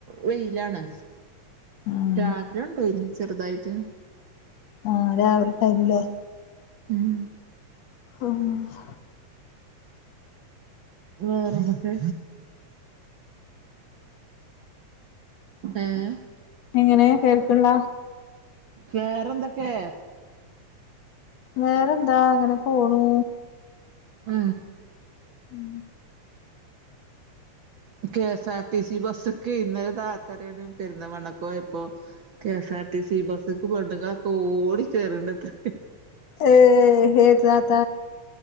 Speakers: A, on the right (about 55°); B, on the left (about 65°).
A: വെയിലാണ്
B: ഉം
A: രാത്രി ഉണ്ടയിന് ചെറുതായിട്ട്
B: ആഹ് രാവിലെ ടൈമില്
A: ഉം
B: ആഹ്
A: വേറെന്തേക്കെ ഏഹ്
B: എങ്ങനെ കേൾക്കുള്ള
A: വേറെന്തൊക്കെ
B: വേറെന്താ അങ്ങനെ പോണു
A: അ
B: ഉം
A: കെ എസ് ആർ ടിസി ബസ്സ്ക്ക് ഇന്നലെ താത്തറിയാണ് പെരുന്നമണ്ണക്കോയപ്പോ കെ എസ് ആർ ടിസി ബസ്സ്ക്ക് പെണ്ണുങ്ങളൊക്കെ ഓടി കേറണ്ടത്ര
B: ഏ ഹെ താത